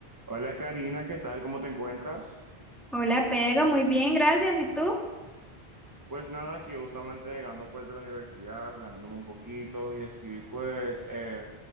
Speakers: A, on the right; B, in the centre.
A: Hola Karina, ¿qué tal? ¿Cómo te encuentras?
B: Hola Pedro, muy bien, gracias. ¿Y tú?
A: Pues nada, aquí justamente llegando pues de la universidad, relajándome un poquito y así pues eh,